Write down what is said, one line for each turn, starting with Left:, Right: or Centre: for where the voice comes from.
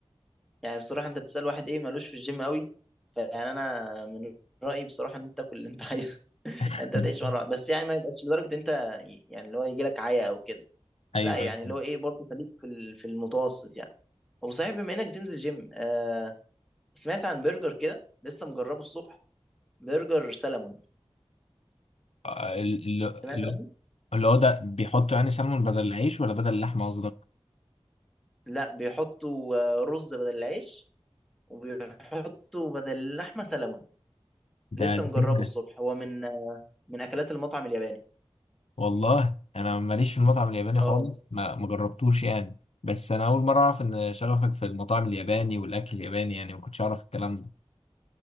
Centre: يعني بصراحة انت بتسأل واحد ايه مالوش في الجيم قوي فيعني انا من رأيي بصراحة ان انت تاكل اللي انت عايزه <laughs>
Left: <laughs>
Centre: انت تعيش مرة واحدة. بس يعني ما يبقاش لدرجة انت يعني اللي هو يجي لك عيا او كده
Left: أيوه
Centre: لا يعني
Left: أيوه
Centre: اللي هو ايه برضه خليك في ال- في المتوسط يعني وصحيح بما انك تنزل جيم آه سمعت عن برجر كده لسه مجربه الصبح برجر سلمون
Left: آه، ال- ال-
Centre: سمعت
Left: اللي
Centre: عنه
Left: هو اللي هو ده بيحطوا يعني سلمون بدل العيش ولا بدل اللحمة قصدك؟
Centre: لا بيحطوا آه، رز بدل العيش وبيحطوا بدل اللحمة سلمون
Left: ده
Centre: لسه
Left: قديمة
Centre: مجربه الصبح هو من آه، من اكلات المطعم الياباني
Left: والله انا ماليش في المطعم الياباني خالص
Centre: اه
Left: ما ما جربتوش يعني بس انا اول مره اعرف ان شغفك في المطاعم الياباني والاكل الياباني يعني ما كنتش اعرف الكلام ده